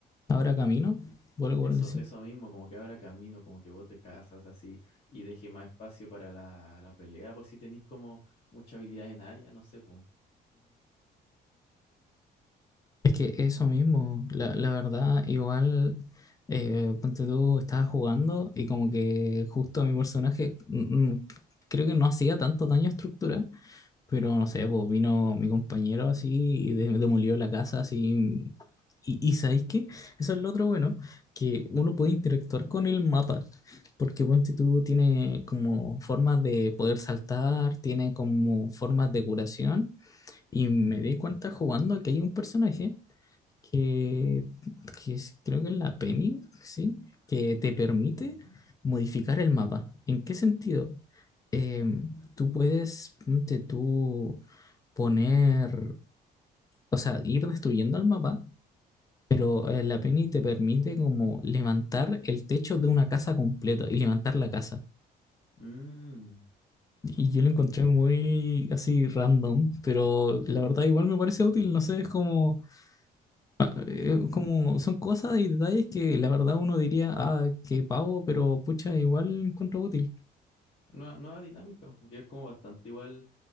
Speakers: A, on the left; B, on the left.
A: ahora camino, vuelvo
B: Eso,
A: a decir.
B: eso mismo, como que abra camino, como que vos te casas así y deje más espacio para la, la pelea, por si tenéis como mucha habilidad en área, no sé, pues.
A: Es que eso mismo, la, la verdad, igual, eh, ponte tú, estaba jugando y como que justo mi personaje, mm, mm, creo que no hacía tanto daño a estructura, pero no sé,
B: Ujú,
A: pues vino mi compañero así y de- demolió la casa así. Y, y ¿sabéis qué? Eso es lo otro bueno, que uno puede interactuar con el mapa, porque ponte tú tiene como formas de poder saltar, tiene como formas de curación, y
B: ujú.
A: me di cuenta jugando que hay un personaje que, que es- creo que es la Penny, ¿sí? Que te permite
B: Ya,
A: modificar el mapa. ¿En qué sentido? Em, tú puedes, ponte tú, poner, o sea, ir destruyendo el mapa, pero eh, la
B: ya.
A: Penny te permite como levantar el techo de una casa completa y levantar la casa.
B: Mm,
A: Y yo lo encontré
B: ya.
A: muy así random, pero la verdad igual me parece útil, no sé, es como Ah, eh, Como son cosas y detalles que la verdad uno diría, ah, qué pavo, pero pucha, igual encuentro útil.
B: Nueva, nueva dinámica, porque es como bastante igual